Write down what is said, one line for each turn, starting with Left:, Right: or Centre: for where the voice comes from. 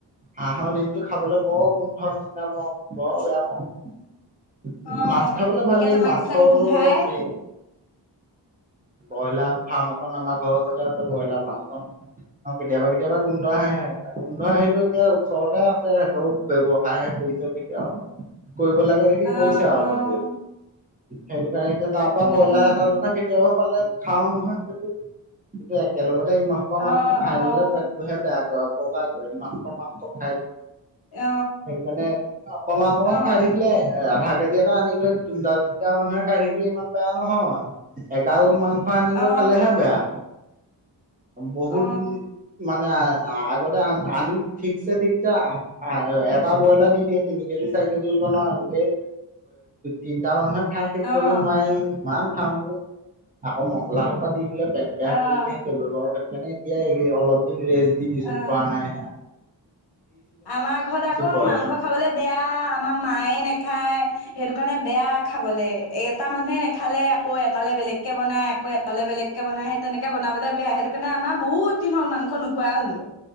Right: হাঁহৰ দিনটো খাবলৈ বৰ গোন্ধৰ নিচিনা পোৱা বৰ বেয়া পাওঁ
Left: অ',
Right: মাছ খাবলে ভালেই
Left: কেঁচেমা
Right: মাছ
Left: কেঁচেম
Right: খাবটো
Left: গোন্ধাই।
Right: অলপ হেৰি ব্ৰইলাৰ ফাৰ্ম এখন আমাৰ ঘৰৰ ওচৰতে আছে ব্ৰইলাৰ ফাৰ্মখন। আৰু কেতিয়াবা কেতিয়াবা গোন্ধ আহে, গোন্ধ আহিলো এতিয়া ওচৰতে আছে সিহঁৰ ব্যৱসায়হে ক <unintelligible> কৰিব লাগে দেখি
Left: অ',
Right: কৰিছে আৰু
Left: অ',
Right: চবৰে, সে <unintelligible> তাৰ পা
Left: উম,
Right: ব্ৰইলাৰ এটা দুটা কেতিয়াবা পালে খাও নহয় সেইটো, টো একেলগে <unintelligible> মাংস
Left: অ',
Right: খাই
Left: অ',
Right: ললে পেটটোহে বেয়া কৰে অপকাৰ কৰে <unintelligible> মাংস খাই
Left: অ',
Right: সেইকাৰণে, অকমান অকমান
Left: অ', অ',
Right: খাই থাকিলে
Left: অ',
Right: আধা কেজি <unintelligible> আনিলৈ তিনটা তিনটা মানুহে খাই থাকিলে‌ ইমান বেয়া নহয়। এগাল মাংস আনিলে
Left: অ',
Right: খালেহে বেয়া। বহুত,
Left: অ',
Right: মানে আগতে আনি ঠিকছে ঠিকছে <unintelligible> এটা ব্ৰইলাৰ দি দিয়ে তিনি কেজি চাৰি কেজি ওজন গোটেই তিনটা মানুহে খাই শেষ
Left: অ',
Right: কৰিব নোৱাৰি কিমান খাম, আকৌ মছলা সপা দি দিলে পেট বেয়া
Left: অ',
Right: কৰি দিয়ে। তে বেমাৰৰ কাৰণে এতিয়া অলপ দিন ৰেষ্ট দি দিছো
Left: অ',
Right: খোৱা নাই হে
Left: আমাৰ ঘৰত আকৌ
Right: ব্ৰইলাৰ।
Left: মাংস খাবলে বেয়া, আমাৰ মায়ে নাখায় সেইটো কাৰণে বেয়া খাবলে, এটা মানুহে নেখালে আকৌ এটালে বেলেগকে বনা আকৌ এটালে বেলেগ কে বনা সেই তেনেকে বনাবলৈ বেয়া সেইটো কাৰণে আমাৰ বহুত দিন হল মংস নোখোৱা‌ হ'লো।